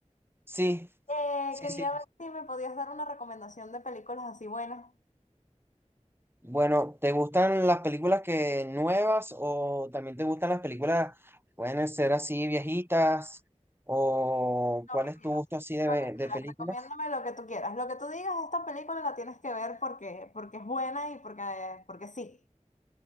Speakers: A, on the right; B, on the left.
A: Sí,
B: Eh,
A: sí,
B: quería
A: sí.
B: ver si me podías dar una recomendación de películas así buenas.
A: Bueno, ¿te gustan las películas que nuevas o también te gustan las películas, pueden ser así viejitas o
B: Lo
A: cuál
B: que
A: es
B: quieras,
A: tu gusto así de,
B: lo
A: ve-
B: que
A: de
B: quieras,
A: películas?
B: recomiéndame lo que tú quieras. Lo que tú digas, esta película la tienes que ver porque, porque es buena y porque, porque sí.